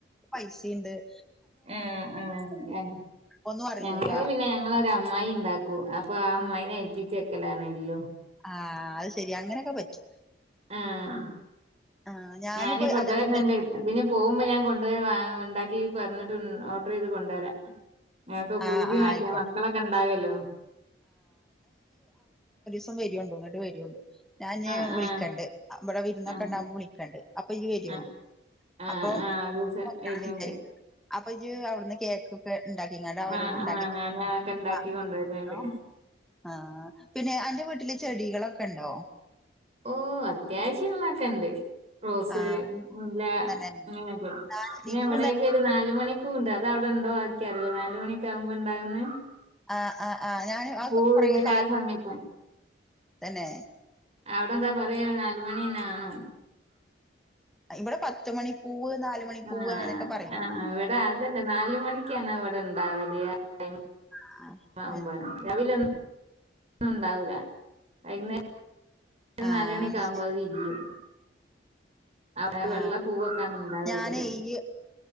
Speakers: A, in the centre; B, on the right.
A: പൈസേണ്ട്-
B: ഉം ഉം
A: ഒന്നും അറിയൂല
B: ഞങ്ങള് പിന്നെ ഞങ്ങളോരമ്മ- മൈ <unintelligible> ഉണ്ടാക്കൂ അപ്പൊ ആ മൈനെ ഏൽപ്പിച്ചേക്കലാണല്ലോ
A: ആഹ് അത് ശെരിയാ അങ്ങനെയൊക്കെ പറ്റും
B: ആഹ്
A: ആഹ് ഞാനിപ്പോ
B: ഞാന് ഇവിടെ
A: അതേപോലെ
B: വരുന്നുണ്ട്
A: തന്നെ
B: ഇവന് പോകുമ്പോ ഞാൻ കൊണ്ട്- വാ ഉണ്ടാക്കി പറഞ്ഞിട്ട് ഓർഡർ ചെയ്ത് കൊണ്ടുവരാൻ ക്കെ <unintelligible> ഭൂതി
A: ആഹ് ആഹ്
B: മാറ്റിയ
A: ആയിക്കോട്ടെ
B: മക്കളൊക്കെ ഉണ്ടാവല്ലോ
A: ഇപ്പം വരിയുണ്ടോ ഇങ്ങട്ട് വരിയുണ്ടോ ഞാന്
B: ആഹ്
A: വിളിക്കണ്ട്
B: ആഹ്
A: അ ഇവിടെ വിരുന്നൊക്കെ
B: ആഹ്
A: ഉണ്ടാവുമ്പോ വിളിക്കണ്ട് അപ്പൊ ഈയ്യ് വരിയണ്ടു
B: ആഹ് ആഹ്
A: അപ്പൊ
B: ആഹ് ഒരു ദിവസം
A: <unintelligible>
B: വരുന്നുണ്ട്
A: അപ്പൊ ഇജ്ജ് അവിടുന്ന് കേക്കൊക്കെ ഉണ്ടാക്കിങ്ങാണ്ട് അവരോട്ണ്ടാക്കി
B: ആഹ് ആഹ് ഞാൻ
A: <unintelligible>
B: അതൊക്കെ ഉണ്ടാക്കി കൊണ്ടുവരുന്നുണ്ട്
A: ഹലോ ആഹ് പിന്നെ അന്റെ വീട്ടില് ചെടികളൊക്കെ ഒണ്ടോ?
B: ഓഹ് അത്യാവശ്യം ഒള്ളെയൊക്കെണ്ട്. റോസ്
A: ആഹ്
B: മുല്ല
A: തന്നെ
B: അങ്ങനെയൊക്കെ
A: ആഹ് എനിക്കും
B: പിന്നെ എവിടെക്കെ
A: തന്നെ
B: ഒരു നാല് മണി പൂണ്ട് അത് അവിടെ ഉണ്ടോ എക്കിയാറില്ല നാല് മണിക്കെ ആകുമ്പോ ഉണ്ടാവുന്നേ
A: ആഹ് ആഹ് ആഹ് ഞാന് അതൊക്കെ
B: പൂ
A: കൊറേ
B: വിടര
A: കാലം
B: ആ സമയത്തയിരുന്നു
A: തന്നെ
B: അവിടെ എന്താ പറയാ നാല്മണീന്നാണോ
A: ഇവിടെ പത്ത് മണിപ്പൂവ് നാലുമണിപ്പൂവ്
B: ആ
A: അങ്ങനെയൊക്കെ പറയും
B: ആ ഇവിടെ അതല്ല നാല് മണിക്കാണ് ഇവിടെ ഇണ്ടാവല് ആ
A: ആഹ്
B: രാവിലെ ണ്ടാവുക വൈകുന്നേ
A: ആഹ്
B: നാല്മണിക്ക ആകുമ്പോ
A: ശരി
B: അത് വിരിയും അത്
A: ആ
B: വെള്ള പൂവൊക്കാണ് ഇണ്ടാവ
A: ഞാന്
B: അധികം
A: ഈയ്യ്